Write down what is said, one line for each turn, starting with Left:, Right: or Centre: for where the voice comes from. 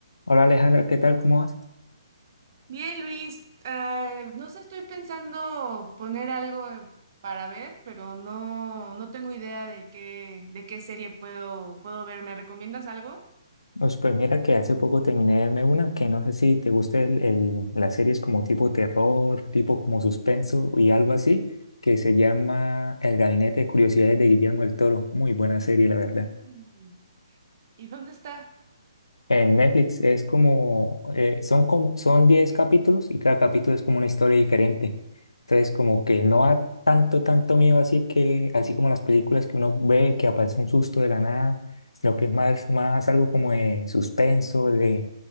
Left: Hola Alejandra, ¿qué tal? ¿Cómo vas?
Right: Bien, Luis, eh, no sé, estoy pensando poner algo eh, para ver, pero no, no tengo idea de qué, de qué serie puedo, puedo ver. ¿Me recomiendas algo?
Left: Pues, pues mira que hace poco terminé de verme una que no sé si te gusta el, el- las series como tipo terror, tipo como suspenso y algo así, que se llama El Gabinete de Curiosidades de Guillermo del Toro. Muy buena serie, la verdad.
Right: Mm. ¿Y dónde está?
Left: En Netflix es como, eh, son como, son 10 capítulos y cada capítulo es como una historia diferente. Entonces, como que no da tanto, tanto miedo así que, así como las películas que uno ve que aparece un susto de la nada, sino que es más, más algo como de suspenso, de,